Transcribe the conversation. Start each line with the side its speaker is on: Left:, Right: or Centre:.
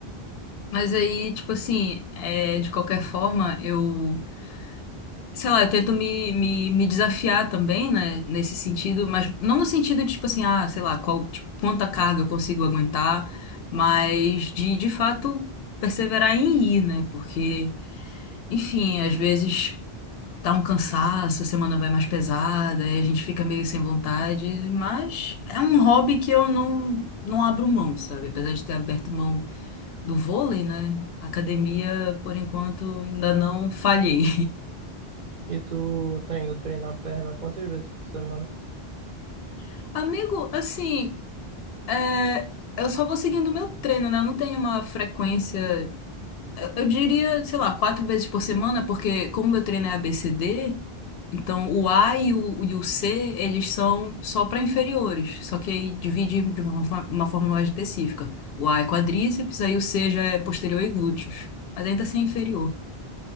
Left: Mas aí, tipo assim, é, de qualquer forma, eu, sei lá, eu tento me, me, me desafiar também, né? Nesse sentido, mas não no sentido de, tipo assim, ah, sei lá, qual, tipo, quanta carga eu consigo aguentar, mas de, de fato, perseverar em ir, né? Porque, enfim, às vezes. dá um cansaço, a semana vai mais pesada, e a gente fica meio sem vontade, mas é um hobby que eu não, não abro mão, sabe? Apesar de ter aberto mão do vôlei, né? A academia, por enquanto, ainda não falhei.
Right: E tu tá indo treinar perna quantas vezes por semana?
Left: <laughs> Amigo, assim, é, eu só vou seguindo o meu treino, né? Eu não tenho uma frequência. Eu diria, sei lá, quatro vezes por semana, porque como meu treino é ABCD, então o A e o, e o C, eles são só para inferiores, só que aí divide de uma, fa- uma forma mais específica. O A é quadríceps, aí o C já é posterior e glúteos, mas ainda assim é inferior.